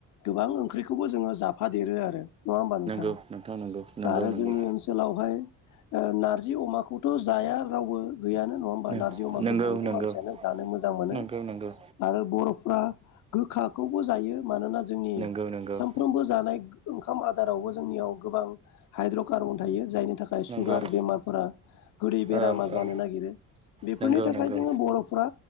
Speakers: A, on the left (about 55°); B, on the right (about 20°).
A: गोबां ओंख्रिखौबो जोङो जाफादेरो आरो। नङा होमबा नोंथां।
B: नंगौ नंगौ नंगौ
A: आरो
B: नंगौ
A: जोंनि ओनसोलावहाय नारजि अमाखौथ' जाया रावबो गैयानो नङा होमबा
B: नंगौ
A: नारजि अमाखौ
B: नंगौ
A: बयबो
B: नंगौ
A: मानसियानो जानो मोजां मोनो।
B: नंगौ नंगौ
A: आरो बर'फ्रा गोखाखौबो जायो मानोना जोंनि
B: नंगौ नंगौ
A: सानफ्रोमबो जानाय ओंखाम आदारावबो जोंनियाव गोबां हाइद्र'कार्बन थायो, जायनि थाखाय
B: नंगौ
A: सुगार बेमारफोरा गोदै बेरामा
B: औ
A: जानो
B: औ
A: नागिरो। बेफोरनि
B: नंगौ
A: थाखाय
B: नंगौ
A: जोङो बर'फ्रा